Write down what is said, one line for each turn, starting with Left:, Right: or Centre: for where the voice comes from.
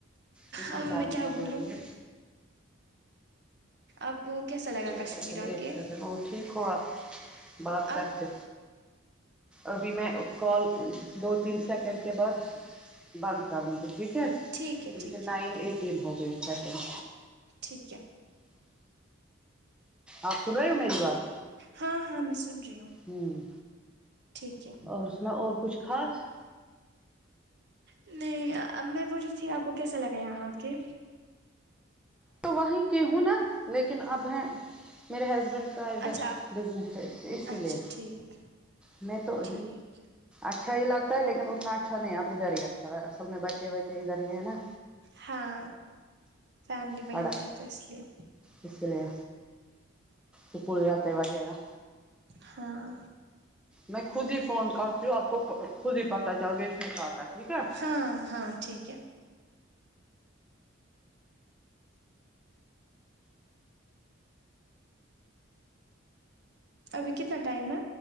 Centre: کتنے
Right: اب
Centre: ٹائم
Right: میں کیا
Centre: ہو
Right: بولوں
Centre: گیا مجھے
Right: آپ کو کیسا لگا
Centre: ایک
Right: کشمیر
Centre: سیکنڈ
Right: آ
Centre: ایک
Right: کے
Centre: سیکنڈ اور ٹھیک ہو آپ بات کرتے
Right: اب
Centre: ابھی میں کال دو تین سیکنڈ کے بعد بند کروں گی ٹھیک ہے
Right: ٹھیک ہے
Centre: کیونکہ
Right: ٹھیک ہے
Centre: نائن ایٹین ہو گئے سیکنڈ
Right: ٹھیک ہے
Centre: آپ سن رہے ہو میری بات
Right: ہاں ہاں میں سن رہی ہوں
Centre: ہوں
Right: ٹھیک ہے
Centre: اور سناؤ اور کچھ خاص
Right: نہیں اب میں بول رہی تھی آپ کو کیسے لگا یہاں آکے
Centre: تو وہیں کی ہوں نا لیکن اب ہیں میرے ہسبینڈ س ادھر
Right: اچھا آپ
Centre: بزنس ہے اسی
Right: اچھا
Centre: لیے
Right: ٹھیک
Centre: نہیں تو
Right: ٹھیک
Centre: اچھا ہی لگتا ہے لیکن اتنا اچھا نہیں اب ادھر ہی اچھا اصل میں بچے وچے ادھر ہی ہیں نا
Right: ہاں فیملی وہیں
Centre: پڑا
Right: پہ ہے تو اس لیے
Centre: اس لیے اسکول جاتے وقت کیا نا
Right: ہاں
Centre: میں خود ہی فون کرتی ہوں آپ کو خود ہی پتہ چل گیا اس میں کاٹا ٹھیک ہے
Right: ہاں ہاں ٹھیک ہے ابھی کتنا ٹائم ہے